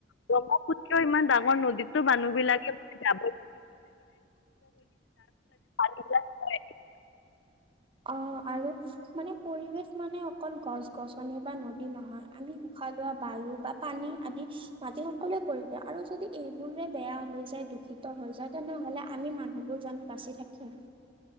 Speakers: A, on the left; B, on the right.
A: ব্ৰহ্মপুত্ৰ ইমান ডাঙৰ নদীটো মানুহবিলাকে জাৱৰ <unintelligible>
B: অ আৰু মানে পৰিৱেশ মানে অকল গছ-গছনি বা নদী নহয় আমি উশাহ লোৱা বায়ু বা পানী আদি মাটি সকলো কৰি দিয় আৰু যদি এইবোৰে বেয়া হৈ যায় দূষিত হৈ। বুজা তেনেহ'লে আমি মানুহবোৰ জানো বাচি থাকিম।